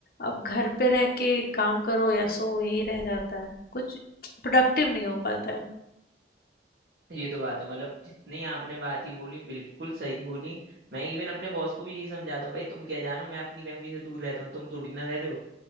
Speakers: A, on the left; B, on the right.
A: अब घर पे रह के काम करो या सो यही रह जाता है कुछ प्रोडक्टिव नहीं हो पाता है
B: ये तो बात है मतलब जितनी आपने बात ही बोली बिल्कुल सही बोली मैं इवन अपने बॉस को भी यही समझाता हूँ भाई तुम क्या जानो मैं अपनी फैमिली से दूर रहता हूँ तुम थोड़ी ना रह रहे हो